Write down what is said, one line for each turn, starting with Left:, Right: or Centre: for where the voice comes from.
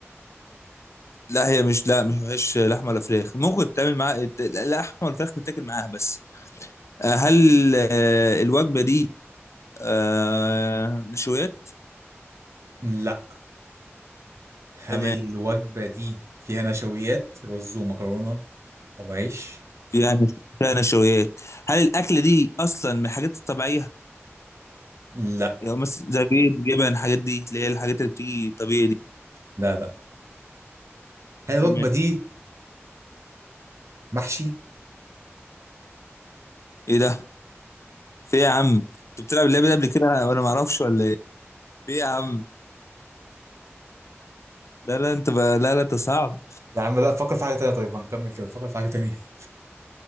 Left: لا هي مش لا ما فيهاش لحمه ولا فراخ ممكن تعمل معاها الت- اللحمه والفراخ بتاكل معاها بس آه هل آه الوجبه دي آه نشويات
Right: لا هل
Left: تمام
Right: الوجبة دي فيها نشويات رز ومكرونة أو عيش؟
Left: فيها نش- فيها نشويات هل الاكل دي اصلا من الحاجات الطبيعيه
Right: لا
Left: يعني مثلا زي بيض جبن الحاجات دي اللي هي الحاجات اللي بتيجي طبيعي دي
Right: لا لا هل الوجبة
Left: تمام
Right: دي محشي؟
Left: ايه ده في إيه يا عم انت بتلعب اللعبه دي قبل كده وانا ما اعرفش ولا ايه في إيه يا عم لا لا انت بقى لا لا انت صعب
Right: يا عم لا فكر في حاجة تانية طيب هنكمل كده فكر في حاجة تانية <laughs>